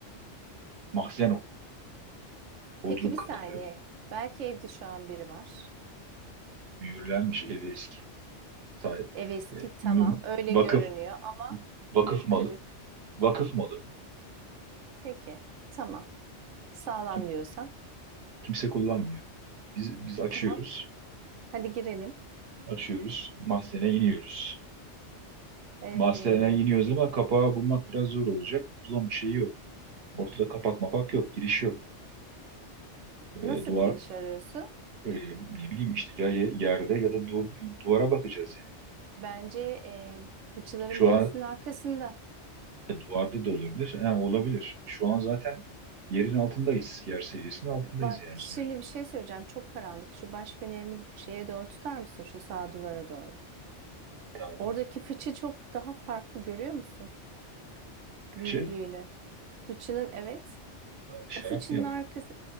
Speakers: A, on the right; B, on the right.
A: Mahzen oluyor. Bodrum
B: Peki bir
A: katılıyor.
B: saniye. Belki evde şu an biri var.
A: Mühürlenmiş ev eski. Sahip.
B: Ev eski
A: E,
B: tamam
A: mü-
B: öyle
A: vakıf
B: görünüyor ama
A: vakıf
B: mühür
A: malı.
B: kırık.
A: Vakıf malı.
B: Peki tamam. Sağlam
A: Kim-
B: diyorsan.
A: kimse kullanmıyor. Biz biz açıyoruz.
B: Tamam. Hadi girelim.
A: Açıyoruz. Mahzene iniyoruz.
B: Evet.
A: Mahzene iniyoruz ama kapağı bulmak biraz zor olacak. Bulan bir şey yok. Ortada kapak mapak yok, giriş yok. E,
B: Nasıl
A: duvar
B: bir giriş arıyorsun?
A: e, ne bileyim işte ya ye- yerde ya da du- bir duvara bakacağız yani.
B: Bence e, fıçıların
A: Şu
B: birisinin
A: an
B: arkasında.
A: e, duvarda da olabilir. Ha, olabilir. Şu an zaten yerin altındayız. Yer seviyesinin altındayız
B: Bak
A: yani
B: şimdi
A: sonuçta.
B: bir şey söyleyeceğim. Çok karanlık. Şu baş fenerini şeye doğru tutar mısın? Şu sağ duvara doğru.
A: Tamam.
B: Oradaki fıçı çok daha farklı görüyor musun?
A: Fıçı.
B: Büyüklüğünü. Fıçının evet.
A: e, Şarap
B: O fıçının
A: mı yap?
B: arkası.